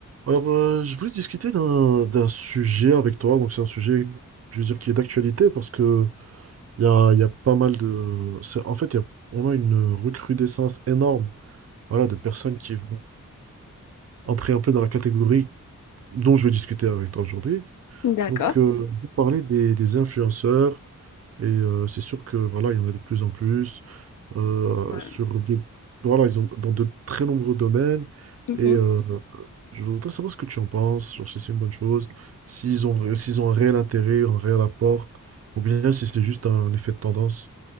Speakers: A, on the right (about 50°); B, on the left (about 75°).
A: Alors, euh, je voulais discuter d'un d'un sujet avec toi. Donc, c'est un sujet, je veux dire, qui est d'actualité parce que il y a, il y a pas mal de. c'est- En fait, il y a- on a une recrudescence énorme, voilà, de personnes qui vont entrer un peu dans la catégorie dont je vais discuter avec toi aujourd'hui.
B: D'accord.
A: Donc, euh, on va parler des, des influenceurs et euh, c'est sûr que voilà, il y en a de plus en plus euh,
B: Ouais.
A: sur des- voilà, ils ont dans de très nombreux domaines
B: Mhm.
A: et euh, je voudrais savoir ce que tu en penses, genre si c'est une bonne chose, s'ils ont, ré- s'ils ont un réel intérêt, un réel apport, ou bien si c'est juste un effet de tendance